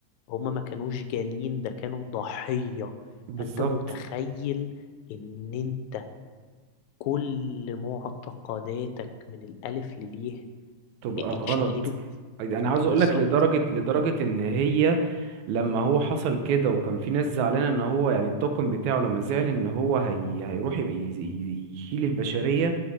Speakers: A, on the left; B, on the right.
A: هما ما كانوش جانين ده كانوا ضحية
B: بالظبط
A: فانت متخيل ان انت كل معتقداتك من الالف لليه
B: تبقى
A: اتشقلبت
B: غلط انا عاوز اقول
A: بالظبط
B: لك لدرجه لدرجه ان هي لما هو حصل كده وكان في ناس زعلانه ان هو يعني الطاقم بتاعه لما زعل ان هو هي... هيروح ي- ي- يشيل البشريه